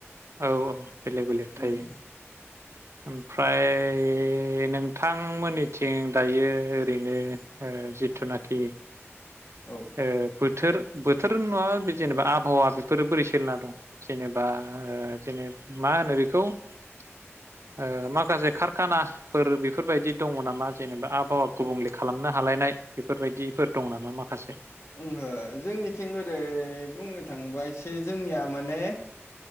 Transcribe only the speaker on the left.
उम
औ
ओंहो जोंनिथिं ओरै बुंनो थाङोबा एसे जोंनिया माने